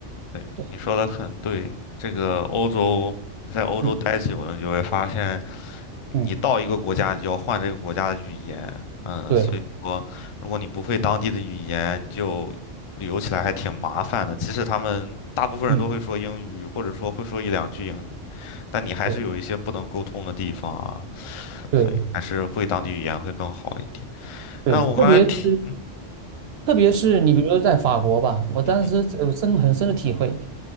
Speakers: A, on the left; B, on the right.
A: 对，
B: 对，
A: 你说的很对。这个欧洲，你在欧洲待久了，
B: 嗯
A: 你就会发现，你到一个国家，
B: 嗯，
A: 你就要换这个国家的语言。嗯，
B: 对，
A: 所以说，如果你不会当地的语言，你就旅游起来还挺麻烦的。即使他们大部分人都会说英语，
B: 嗯
A: 或者说会说一两句英语。但你还是有一些不能沟通的地方啊，
B: 对对
A: 所以还是会当地语言会更好一点。
B: 对，
A: 嗯，我刚才提，
B: 特别是。特别是你比如说在法国吧，我当时有深很深的体会。
A: 嗯哼，